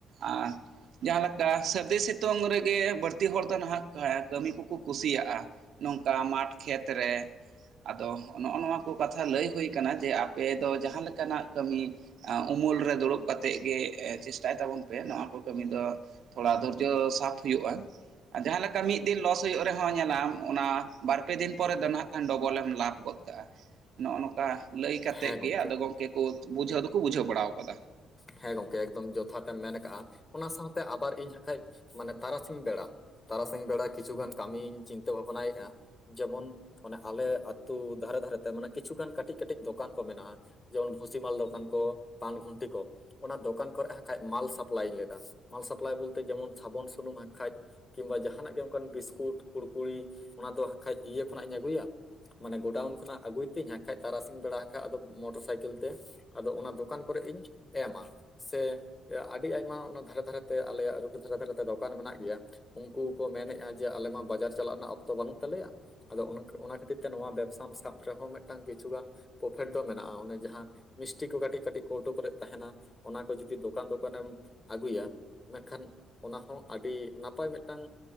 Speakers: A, on the right (about 70°); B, on the left (about 25°).
A: ᱟᱨ ᱡᱟᱦᱟᱞᱮᱠᱟ ᱥᱟᱹᱨᱫᱤ ᱥᱤᱛᱩᱝ ᱨᱮᱜᱮ ᱵᱟᱹᱲᱛᱤ ᱦᱚᱲ ᱫᱚ ᱱᱟᱦᱟᱜ ᱠᱟᱹᱢᱤ ᱠᱩᱠᱩ ᱠᱩᱥᱤᱭᱟᱜ ᱟ ᱱᱚᱝᱠᱟ ᱢᱟᱴ ᱠᱷᱮᱛᱨᱮ ᱾ ᱟᱫᱚ ᱱᱚᱜ ᱚ ᱱᱚᱣᱟ ᱠᱚ ᱠᱟᱛᱷᱟ ᱞᱟᱹᱭ ᱦᱳᱭ ᱟᱠᱟᱱᱟ ᱡᱮ ᱟᱯᱮ ᱫᱚ ᱡᱟᱦᱟ ᱞᱮᱠᱟᱱᱟᱜ ᱾ ᱠᱟᱹᱢᱤ ᱩᱢᱩᱞ ᱨᱮ ᱫᱩᱲᱩᱵ ᱠᱟᱛᱮᱫ ᱜᱮ ᱪᱮᱥᱴᱟᱭ ᱛᱟᱵᱚᱱ ᱯᱮ ᱱᱚᱣᱟ ᱠᱚ ᱠᱟᱹᱢᱤ ᱫᱚ ᱾ ᱛᱷᱚᱲᱟ ᱫᱷᱳᱨᱡᱳ ᱥᱟᱵ ᱦᱩᱭᱩᱜ ᱟ ᱟᱨ ᱡᱟᱦᱟ ᱞᱮᱠᱟ ᱢᱤᱫ ᱾ ᱞᱚᱥ ᱦᱩᱭᱩᱜ ᱨᱮᱦᱚ ᱧᱮᱞᱟᱢ ᱚᱱᱟ ᱵᱟᱨ ᱯᱮ ᱫᱤᱱ ᱯᱚᱨᱮ ᱫᱚ ᱱᱟᱦᱟᱜ ᱠᱷᱟᱱ ᱰᱚᱵᱚᱞᱮᱢ ᱞᱟᱵᱷ ᱜᱚᱫ ᱠᱟᱜ ᱟ ᱾ ᱱᱚᱜ ᱚ ᱱᱚᱝᱠᱟ ᱞᱟᱹᱭ ᱠᱟᱛᱮᱫ
B: ᱦᱮᱸ
A: ᱜᱮ
B: ᱜᱚᱢᱠᱮ
A: ᱟᱫᱚ ᱜᱚᱝᱠᱮ ᱠᱚ ᱵᱩᱡᱷᱟᱹᱣ ᱫᱚᱠᱚ ᱵᱩᱡᱷᱟᱹᱣ ᱵᱟᱲᱟ ᱟᱠᱟᱫᱟ ᱾
B: ᱦᱮᱸ ᱜᱚᱝ ᱮᱠᱫᱚᱢ ᱡᱚᱛᱷᱟᱛ ᱮᱢ ᱢᱮᱱ ᱠᱟᱜ ᱟ ᱚᱱᱟ ᱥᱟᱶᱛᱮ ᱟᱵᱟᱨ ᱤᱧ ᱦᱟᱜᱠᱷᱟᱡ ᱢᱟᱱᱮ ᱛᱟᱨᱟᱥᱤᱧ ᱵᱮᱲᱟ ᱾ ᱛᱟᱨᱟᱥᱤᱧ ᱵᱮᱲᱟ ᱠᱤᱪᱷᱩ ᱜᱟᱱ ᱠᱟᱹᱢᱤᱧ ᱪᱤᱱᱛᱟᱹ ᱵᱷᱟᱵᱱᱟᱭᱮᱫ ᱟ ᱾ ᱡᱮᱢᱚᱱ ᱚᱱᱮ ᱟᱞᱮ ᱟᱹᱛᱩ ᱫᱷᱟᱨᱮ ᱫᱷᱟᱨᱮᱛᱮ ᱢᱟᱱᱮ ᱠᱤᱪᱷᱩᱜᱟᱱ ᱠᱟᱹᱴᱤᱡ ᱠᱟᱹᱴᱤᱡ ᱫᱚᱠᱟᱱ ᱠᱚ ᱢᱮᱱᱟᱜ ᱟ ᱾ ᱡᱮᱢᱚᱱ ᱵᱷᱩᱥᱤᱢᱟᱞ ᱫᱚᱠᱟᱱ ᱠᱚ ᱯᱟᱱ ᱜᱩᱱᱴᱤ ᱠᱚ ᱾ ᱚᱱᱟ ᱫᱚᱠᱟᱱ ᱠᱚᱨᱮ ᱦᱟᱸᱜᱠᱷᱟᱡ ᱢᱟᱞ ᱥᱟᱯᱞᱟᱭ ᱦᱚᱭᱳᱜ ᱟ ᱢᱟᱞ ᱥᱟᱯᱞᱟᱭ ᱵᱚᱞᱛᱮ ᱡᱮᱢᱚᱱ ᱥᱟᱵᱚᱱ ᱥᱩᱱᱩᱢ ᱦᱟᱸᱜᱠᱷᱟᱡ ᱾ ᱠᱤᱱᱵᱟ ᱡᱟᱦᱟᱱᱟᱜ ᱜᱮ ᱚᱱᱠᱟ ᱵᱤᱥᱠᱩᱴ ᱠᱩᱲᱠᱩᱲᱤ ᱚᱱᱟ ᱫᱚ ᱦᱟᱜᱠᱷᱟᱡ ᱤᱭᱟᱹ ᱠᱷᱚᱱᱟᱜ ᱤᱧ ᱟᱹᱜᱩᱭᱟ ᱾ ᱢᱟᱱᱮ ᱜᱚᱰᱟᱣᱩᱱ ᱠᱷᱚᱱᱟᱜ ᱟᱜᱩᱭ ᱛᱤᱧ ᱦᱟᱜᱠᱷᱟᱡ ᱛᱟᱨᱟᱥᱤᱧ ᱵᱮᱲᱟ ᱠᱟᱜ ᱟᱫᱚ ᱢᱚᱴᱚᱨ ᱥᱟᱭᱠᱮᱞ ᱛᱮ ᱟᱫᱚ ᱚᱱᱟ ᱫᱚᱠᱟᱱ ᱠᱚᱨᱮ ᱤᱧᱡ ᱮᱢᱟ ᱥᱮ ᱟᱹᱰᱤ ᱟᱭᱢᱟ ᱚᱱᱟ ᱫᱷᱟᱨᱮ ᱫᱷᱟᱨᱮ ᱛᱮ ᱟᱞᱮᱭᱟᱜ ᱨᱳᱴ ᱫᱷᱟᱨᱮ ᱫᱷᱟᱨᱮ ᱛᱮ ᱫᱚᱠᱟᱱ ᱢᱮᱱᱟᱜ ᱜᱮᱭᱟ ᱾ ᱩᱱᱠᱩ ᱠᱚ ᱢᱮᱱᱮᱜ ᱟ ᱡᱮ ᱟᱞᱮᱢᱟ ᱵᱟᱡᱟᱨ ᱪᱟᱞᱟᱜ ᱨᱮᱱᱟᱜ ᱚᱠᱛᱚ ᱵᱟᱱᱩᱜ ᱛᱟᱞᱮᱭᱟ ᱾ ᱟᱫᱚ ᱚᱱᱟ ᱠᱷᱟᱛᱤᱨ ᱛᱮ ᱱᱚᱣᱟ ᱵᱮᱯᱥᱟᱢ ᱥᱟᱵ ᱨᱮᱦᱚ ᱢᱮᱫᱴᱟᱝ ᱠᱤᱪᱷᱩᱜᱟᱱ ᱯᱨᱚᱯᱷᱮᱴ ᱫᱚ ᱢᱮᱱᱟᱜ ᱟ ᱚᱱᱮ ᱡᱟᱦᱟ ᱢᱤᱥᱴᱤ ᱠᱚ ᱠᱟᱴᱤᱡ ᱠᱟᱴᱤᱡ ᱠᱳᱣᱴᱳ ᱠᱚᱨᱮᱜ ᱛᱟᱦᱮᱱᱟ ᱚᱱᱟ ᱠᱚ ᱡᱩᱫᱤ ᱫᱚᱠᱟᱱ ᱫᱚᱠᱟᱱ ᱮᱢ ᱟᱜᱩᱭᱟ ᱾ ᱢᱮᱱᱠᱷᱟᱱ ᱚᱱᱟ ᱦᱚᱸ ᱟᱰᱤ ᱱᱟᱯᱟᱭ ᱢᱮᱫᱴᱟᱝ